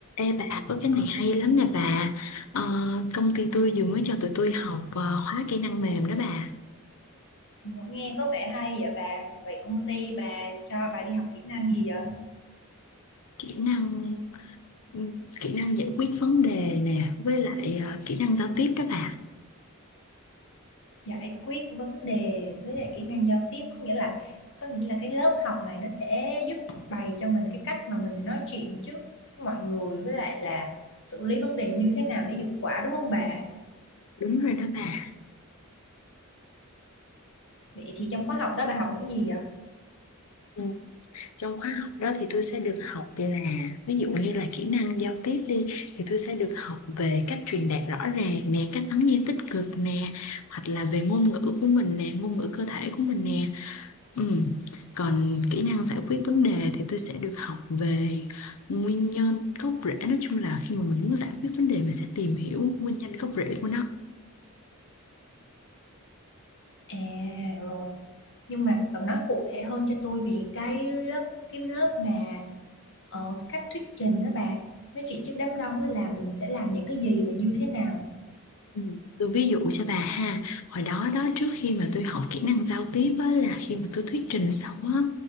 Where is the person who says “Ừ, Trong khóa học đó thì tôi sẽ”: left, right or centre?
Left